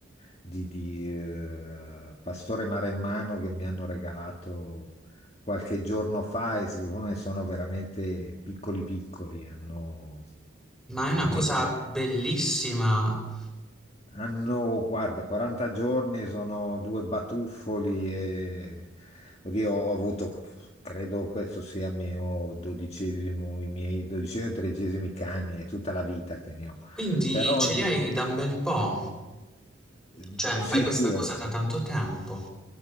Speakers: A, on the left (about 30°); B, in the centre.
A: di- di, eh, pastore maremmano che mi hanno regalato qualche giorno fa e siccome sono veramente piccoli piccoli, hanno
B: Ma è una
A: meno
B: cosa bellissima,
A: Hanno, guarda, 40 giorni, sono due batuffoli e oddio, ho avuto, credo questo sia il mio dodicesimo, i miei dodicesimi o tredicesimi cani, è tutta la vita che ne ho.
B: quindi
A: Però
B: ce
A: ogni-
B: li hai da un bel po',
A: eh,
B: cioè
A: sì,
B: fai questa
A: sì,
B: cosa da tanto tempo.